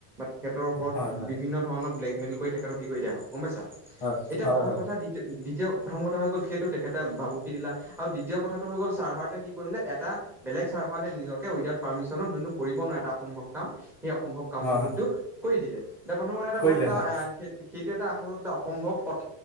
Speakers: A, in the centre; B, on the left.
A: তেখেতৰ ওপৰত
B: হয়, হয়,
A: বিভিন্ন ধৰণৰ ব্লেকমেইল কৰি, তেখেতক হেৰি কৰি দিয়া হয়, গম পাইছা?
B: হয়,
A: এতিয়া
B: হয়,
A: প্ৰথম
B: হয়,
A: কথা দিতি-দি প্ৰথম কথা হৈ গ'ল সেইটো তেখেতে ভাবুকি দিলা, আৰু দ্বিতীয় কথাটো হৈ গ'ল চাৰ্ভাৰটোৱে কি কৰিলে এটা বেলে চাৰ্ভাৰলে নিজকে উইদআউট পাৰমিছনত যোনটো কৰিব নোৱাৰে <unintelligible> কাম, সেই অসম্ভৱ কামটো
B: হয়, হয়,
A: কিন্তু কৰি দিলে। <unintelligible> এটা
B: কৰি
A: বহুত
B: দিলে
A: এটা
B: হয়,
A: এ-সেই-সেইটো এটা আচলতে অসম্ভৱ কথ